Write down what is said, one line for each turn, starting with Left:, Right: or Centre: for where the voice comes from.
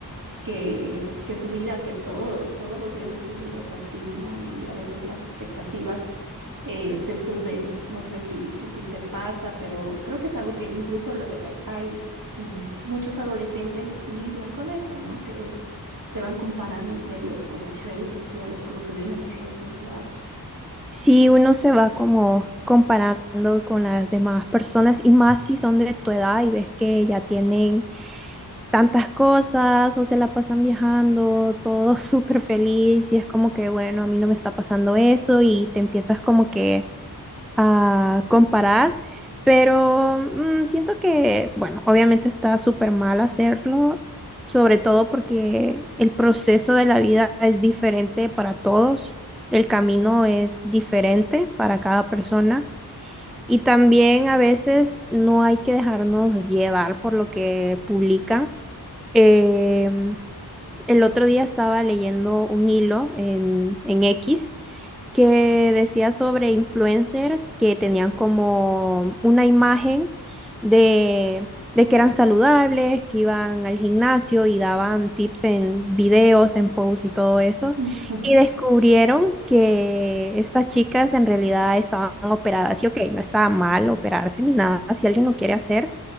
Right: que, que su vida, que todo, todos los días de su vida es así, ¿no? Y a veces las expectativas eh, se suben. No sé si, si te pasa, pero creo que es algo que incluso lo- eh, eh, hay mm, muchos adolescentes lidian con eso, ¿no? Que se van comparando entre ellos por las redes sociales, por lo que ven en las redes sociales.
Centre: Sí, uno se va como comparando con las demás personas y más si son de tu edad y ves que ya tienen tantas cosas o se la pasan viajando, todo <laughs> súper feliz y es como que, bueno, a mí no me está pasando esto y te empiezas como que a comparar, pero mm, siento que, bueno, obviamente está súper mal hacerlo, sobre todo porque el proceso de la vida es diferente para todos, el camino es diferente para cada persona y también a veces no hay que dejarnos llevar por lo que publican. Em, el otro día estaba leyendo un hilo en, en X que decía sobre influencers que tenían como una imagen de, de que eran saludables, que iban al gimnasio y daban tips en videos, en posts y todo eso.
Right: <laughs>
Centre: Y descubrieron que estas chicas en realidad estaban operadas. Y ok, no está mal operarse ni nada, si alguien lo quiere hacer,